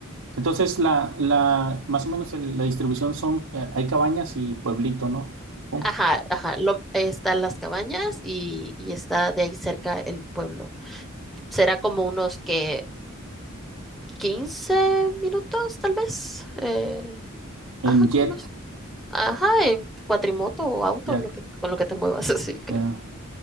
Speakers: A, on the right (about 85°); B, in the centre.
A: Entonces la, la, más o menos el- la distribución son, eh, hay cabañas y pueblito, ¿no? Supongo.
B: Ajá, ajá, lo- están las cabañas y, y está de ahí cerca el pueblo. Será como unos que quince minutos, tal vez. eh,
A: En
B: ajá, como
A: jet.
B: unos. Ajá, en cuatrimoto o auto,
A: Ya,
B: lo que, con lo que te muevas, <laughs> así creo.
A: ya.